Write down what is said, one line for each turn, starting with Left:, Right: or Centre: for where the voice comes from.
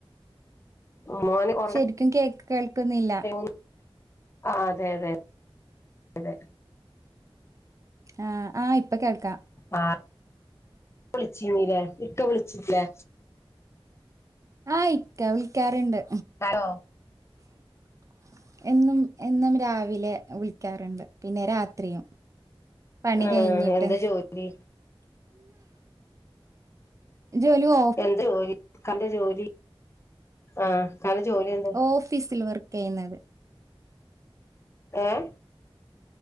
Left: മോന് ഉറങ്ങാ
Right: ശരിക്കും കേക്ക് കേൾക്കുന്നില്ല
Left: <unintelligible> ആഹ് അതെ അതെ അതെ
Right: ആഹ് ആ ഇപ്പൊ കേൾക്കാം
Left: ആഹ് വിളിച്ചിന്നീല്ലേ ഇക്ക വിളിച്ചിന്നിലെ
Right: ആഹ് ഇക്ക വിളിക്കാറുണ്ട്
Left: ഹലോ
Right: <unintelligible> എന്നും എന്നും രാവിലെ വിളിക്കാറുണ്ട് പിന്നെ രാത്രിയും പണി
Left: ഉം
Right: കഴിഞ്ഞിട്ട്
Left: എന്താ ജോലി
Right: ജോലോ
Left: എന്ത് ജോലി ഇകന്റെ ജോലി ആഹ് ഇകന്റെ ജോലി എന്ത
Right: ഓഫീസിൽ വർക്ക് ചെയ്യുന്നത്
Left: ഏഹ്